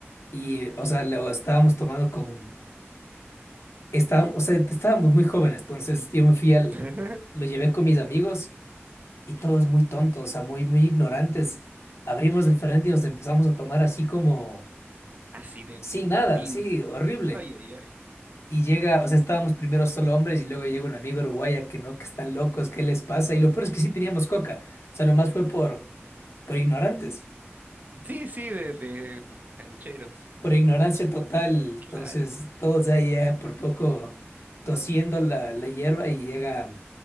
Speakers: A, on the left; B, on the right.
A: Y, o sea, lo estábamos tomando con... Está, o sea, estábamos muy jóvenes, entonces yo me fui al...
B: <laughs>
A: Lo llevé con mis amigos y todos muy tontos, o sea, muy, muy ignorantes. Abrimos el Fernet y nos empezamos a tomar así como...
B: Así de
A: Sin nada,
B: purín.
A: sí, horrible.
B: Ay, ay, ay.
A: Y llega, o sea, estábamos primero solo hombres y luego llega un amigo uruguaya que no, que están locos, ¿qué les pasa? Y lo peor es que sí teníamos coca. O sea, nomás fue por, por ignorantes,
B: Sí, sí, de, de cancheros.
A: por ignorancia total. Entonces,
B: Claro.
A: todos ahí eh, por poco tosiendo la, la hierba y llega,